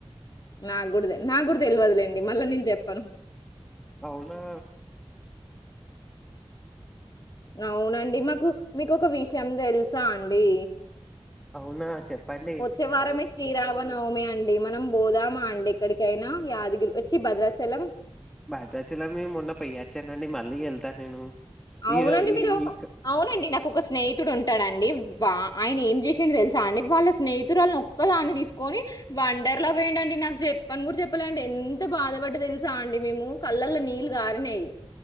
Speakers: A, on the left (about 40°); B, in the centre.
A: నాగుడిదే నా కూడా తెలవదులేండి మళ్ళా నేను చెప్పాను
B: అవునా
A: అవునండి మాకు మీకు ఒక విషయం తెలుసా అండి
B: అవునా చెప్పండి
A: వచ్చే వారమే శ్రీరామనవమి అండి మనం బోదామా అండి ఏక్కడికైనా యాదగిరి చి భద్రాచలం
B: భద్రాచలమే మొన్న పోయ్యచ్చానండి మళ్ళీ వెళ్తా నేను
A: అవునండి
B: ఈరో ఈ
A: మీరు
B: ఈ
A: అవునండి నాకు ఒక స్నేహితుడు ఉంటాడండి వా ఆయన ఏం చేసిండో తెలుసా అండి వాళ్ళ స్నేహితురాలినీ ఒక్క దాన్ని తీసుకొని వన్ వండర్లా వోయిండు అండి నాకు చెప్పను కూడా చెప్ప ప్పాలే అండి ఎంత బాధపడ్డ తెలుసా అండి మేము కళ్ళల్లో నీళ్లు గారినయి